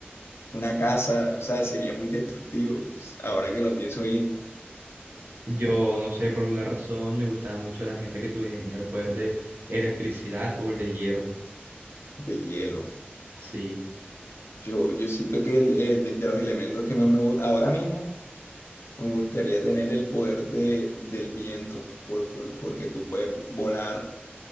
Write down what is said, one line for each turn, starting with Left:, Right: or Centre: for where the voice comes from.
Left: una casa, o sea, sería muy destructivo, ahora que lo pienso bien,
Right: Yo no sé, por alguna razón me gustaba mucho la gente que tenía el poder de electricidad o el de hielo.
Left: de hielo.
Right: Sí.
Left: Yo, yo siento que el, eh, de, de los elementos que más me gustan ahora mismo, Me gustaría tener el poder de, del viento, por, por- porque tú puedes vo- volar,